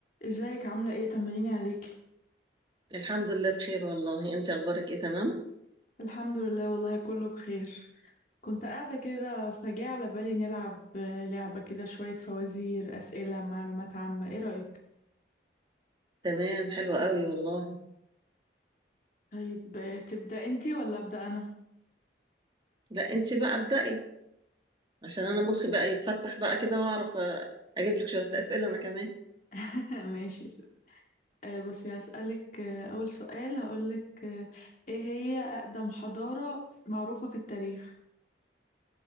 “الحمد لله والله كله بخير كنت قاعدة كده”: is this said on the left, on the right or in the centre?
Left